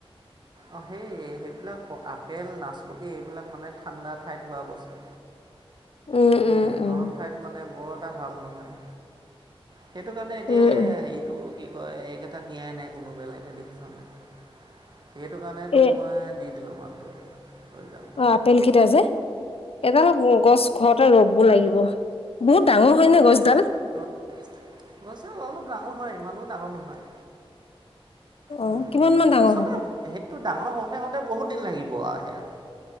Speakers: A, on the right; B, on the left.
A: অঁ সেই সেইবিলাক আপেল নাচপতি এইবিলাক মানে ঠাণ্ডা ঠাইত হোৱা বস্তু।
B: উম,
A: সে
B: উম, উম,
A: গৰম ঠাইত মানে বৰ এটা ভাল নহয়। সেইটো কাৰণে এতিয়া
B: উম,
A: সে
B: উম,
A: হেৰিটো কি কয় সেইকেইটা নিয়াই নাই কোনো বেলেগে দেখিছ নাই। সেইটো কাৰণেতো
B: এ
A: মই দি দিলো মানুহজন লৈ যাওক
B: অ আপেল কেইটা যে। এডাল গছ ঘৰতে ৰুব লাগিব বহুত ডাঙৰ হয় না গছডাল?
A: গছ ডাল অলপ ডাঙৰ হয় ইমানো ডাঙৰ নহয়।
B: অ',
A: উম
B: কিমান মান ডাঙৰ
A: পিছতে
B: হ'ব?
A: সে ইটো ডাঙৰ হৌতে হৌতে বহুত দিন লাগিব আও সেয়া